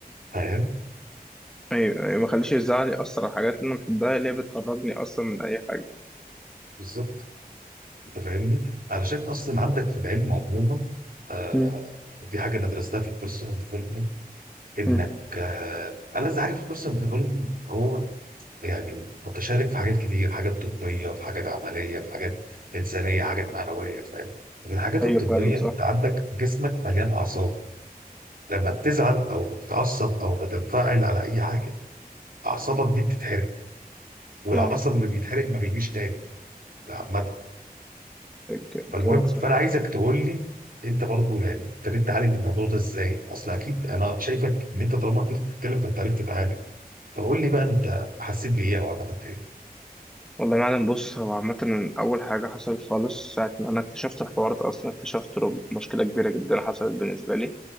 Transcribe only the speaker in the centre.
أيوه أيوه ما خليش الزعل يأثر على الحاجات اللي أنا بحبها اللي هي بتخرجني أصلا من أي حاجة
مم.
مم.
أيوه
فعلا صح
فعلا
ك-
كلامك صح
والله يا معلم بص هو عامة أول حاجة حصلت خالص ساعة ما أنا اكتشفت الحوار ده أصلا اكتشفت له مشكلة كبيرة جدا حصلت بالنسبة لي